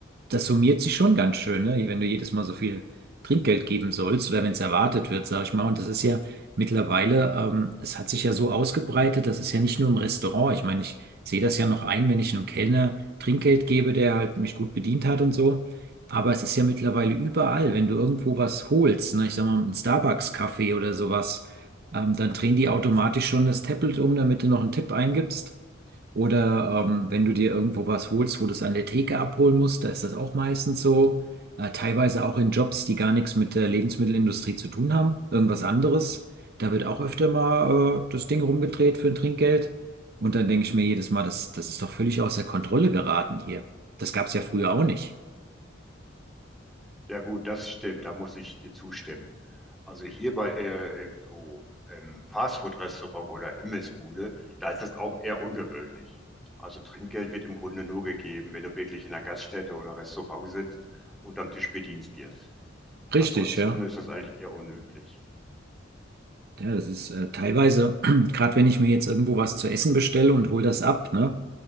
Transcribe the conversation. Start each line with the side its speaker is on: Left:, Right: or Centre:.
Right: das summiert sich schon ganz schön, ne? Wenn du jedes Mal so viel Trinkgeld geben sollst oder wenn es erwartet wird, sag ich mal. Und das ist ja mittlerweile, ähm, es hat sich ja so ausgebreitet, das ist ja nicht nur im Restaurant. Ich meine, ich sehe das ja noch ein, wenn ich einem Kellner Trinkgeld gebe, der halt mich gut bedient hat und so. Aber es ist ja mittlerweile überall, wenn du irgendwo was holst, ne? Ich sag mal, einen Starbucks-Kaffee oder sowas, ähm, dann drehen die automatisch schon das Tablet um, damit du noch einen Tipp eingibst. Oder ähm, wenn du dir irgendwo was holst, wo du es an der Theke abholen musst, da ist das auch meistens so. Äh, teilweise auch in Jobs, die gar nichts mit der Lebensmittelindustrie zu tun haben, irgendwas anderes. Da wird auch öfter mal äh, das Ding rumgedreht für ein Trinkgeld. Und dann denke ich mir jedes Mal, das, das ist doch völlig außer Kontrolle geraten hier. Das gab es ja früher auch nicht.
Centre: Ja gut, das stimmt, da muss ich dir zustimmen. Also hier bei äh, äh, so ähm, Fastfood-Restaurant oder Imbissbude, da ist das auch eher ungewöhnlich. Also Trinkgeld wird im Grunde nur gegeben, wenn du wirklich in einer Gaststätte oder Restaurant sitzt und am Tisch bedient wirst.
Right: Richtig,
Centre: Ansonsten
Right: ja.
Centre: ist das eigentlich eher unüblich.
Right: Ja, das ist äh, teilweise, <clears throat> gerade wenn ich mir jetzt irgendwo was zu essen bestelle und hol das ab, ne?